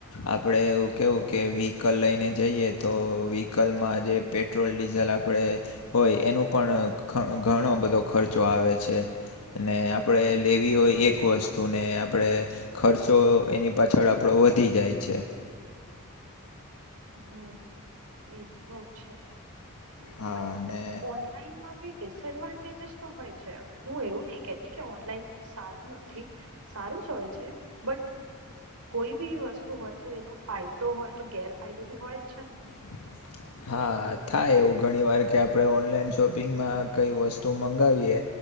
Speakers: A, on the left; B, on the right.
A: આપડે એવું કેવું કે વ્હીકલ લઈને જઈએ તો વ્હીકલમાં જે પેટ્રોલ ડીઝલ આપડે હોય એનું પણ ઘણો બધો ખર્ચો આવે છે અને આપણે લેવી હોય એક વસ્તુને આપળે ખર્ચો એની પાછળ આપળો વધી જાય છે
B: હુ એ તો છે
A: હા
B: બટ
A: અને
B: ઓનલાઈનમાં બી ડિસએડવાન્ટેજસ તો હોય છે હું એવું નહી કે <unintelligible> કે ઓનલાઈન સારું નથી સારું જ હોય છે બટ કોઈ બી વસ્તુ હોય તો એનો ફાયદો હોય તો ગેરફાયદો બી હોય જ છે ને
A: <unintelligible> હા થાય એવું ઘણી વાર કે આપણે ઓનલાઈન શોપિંગમાં કઈ વસ્તુ મંગાવીએ